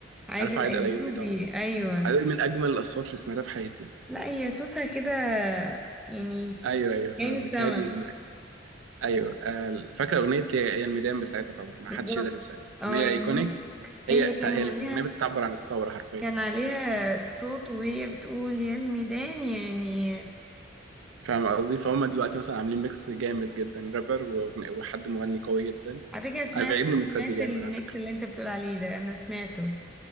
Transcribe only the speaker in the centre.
عادل
أيوبي
أيوة
لا هي صوتها كده يعني
جاي من السما
بالظبط
اه
يعني
هي هي كان
عليها
كان عليها صوت وهي بتقول يا الميدان يعني
على فكرة سمعت
سمعت
الميكس
اللي انت بتقول عليه ده انا سمعته